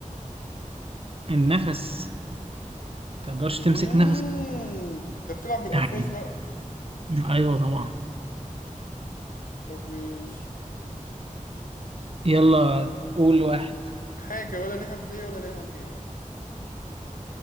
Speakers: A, on the right; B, on the left.
A: النفس ما تقدرش
B: امم
A: تمسك نفسك
B: انت بتلعب بالالفاظ
A: يعني.
B: بقى
A: أيوه طبعا
B: طب مش
A: يلا قول واحد
B: حاجه ولا ليها بدايه ولا ليها نهايه